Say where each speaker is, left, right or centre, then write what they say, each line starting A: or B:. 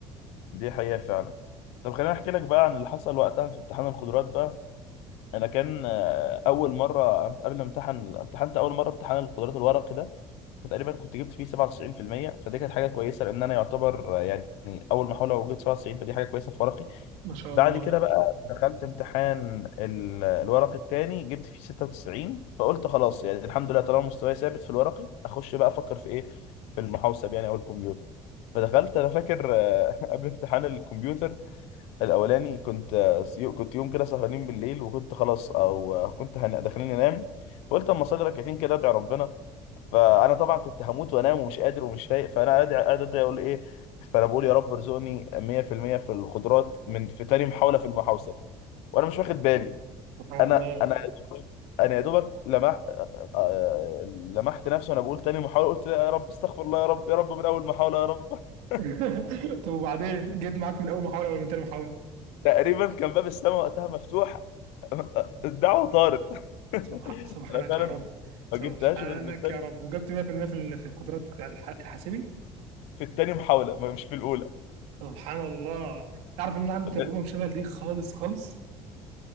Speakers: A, on the left (about 75°); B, on the right (about 80°).
A: دي حقيقه فعلا طب خليني احكي لك بقى عن اللي حصل وقتها في امتحان القدرات بقى انا كان آه، اول مره أمت- قبل ما امتحن امتحنت اول مره امتحان القدرات الورقي ده فتقريبا كنت جبت فيه 97% فدي كانت حاجه كويسه لان انا يعتبر آه، يعني اول محاوله وجبت 97 فدي حاجه كويسه في ورقي
B: ما شاء
A: بعد
B: الله
A: كده بقى دخلت امتحان ال- الورق التاني جبت فيه 96 فقلت خلاص يعني الحمد لله طالما مستواي ثابت في الورقي اخش بقى افكر في ايه في المحوسب يعني او الكمبيوتر فدخلت انا فاكر آه، <laughs> قبل امتحان الكمبيوتر الاولاني كنت آه، سي- كنت يوم كده سهرانين بالليل وكنت خلاص او آه، كنت هن- داخلين انام فقلت اما اصلي ركعتين كده ادعي ربنا فانا طبعا كنت هموت وانام ومش قادر ومش فايق فانا قاعد قاعد ادعي اقول ايه فانا بقول يا رب ارزقني 100% في المية في الخضروات من في تاني محاوله في المحاوصه وانا مش واخد بالي
B: سبحان
A: انا
B: الله
A: انا انا يا دوبك لمحت آه، آه، لمحت نفسي وانا بقول تاني محاوله قلت لا يا رب استغفر الله يا رب يا رب من اول محاوله يا رب <laughs>
B: <laughs> طب وبعدين جيت معاك من اول محاوله ولا من تاني محاوله
A: تقريبا كان باب السماء وقتها مفتوح الدعوه طارت <laughs>
B: سبح... سبحانك
A: انا فعلا
B: يا رب سبحانك
A: ما جبتهاش غير من التاني
B: يا رب وجبت 100% في المية في ال- في القدرات الح- الحاسبي
A: في التاني محاوله ما- مش في الاولى
B: سبحان الله تعرف ان انا عندي
A: طب
B: تجربه مشابهه لدي خالص خالص